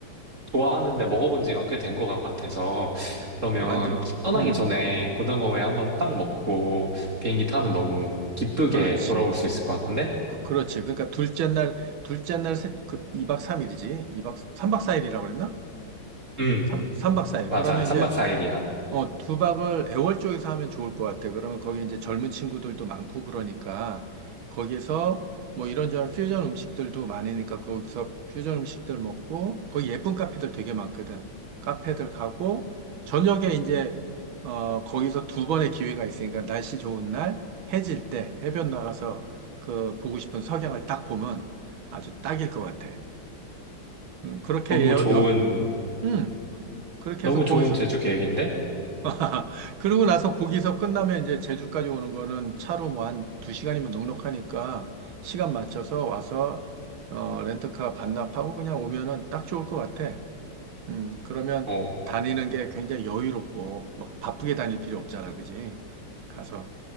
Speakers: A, on the right; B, on the right.
A: 좋아하는데 먹어본 지가 꽤 된 것 같아서. 그러면
B: 완전,
A: 떠나기
B: 음,
A: 전에 고등어회 한번 딱 먹고 비행기 타면 너무 기쁘게
B: 그렇지.
A: 돌아올 수 있을 것 같은데?
B: 그- 그렇지. 그러니까 둘째 날, 둘째 날, 셋, 그 2박 3일이지. 이박 3박 4일이라고 그랬나?
A: 응,
B: 3, 삼박사일
A: 맞아.
B: 그러면
A: 3박
B: 이제
A: 4일이야.
B: 어, 두박을 애월 쪽에서 하면 좋을 것 같아. 그러면 거기 이제 젊은 친구들도 많고 그러니까 거기서 뭐 이런저런 퓨전 음식들도 많으니까 거기서 퓨전 음식들 먹고 거기 예쁜 카페들 되게 많거든. 카페들 가고 저녁에 이제 어, 거기서 두 번의 기회가 있으니까 날씨 좋은 날 해질 때 해변 나가서 그 보고 싶은 석양을 딱 보면 아주 딱일 것 같아. 음, 그렇게
A: 너무
B: 예, 여,
A: 좋은,
B: 음, 그렇게
A: 너무
B: 해서 거기서
A: 좋은 제주 계획인데?
B: <laughs> 그러고 나서 거기서 끝나면 이제 제주까지 오는 거는 차로 뭐 한 두 시간이면 넉넉하니까 시간 맞춰서 와서 어, 렌트카 반납하고 그냥 오면은 딱 좋을 것 같아. 음, 그러면
A: 어,
B: 다니는 게 굉장히 여유롭고 막 바쁘게 다닐 필요 없잖아, 그지? 가서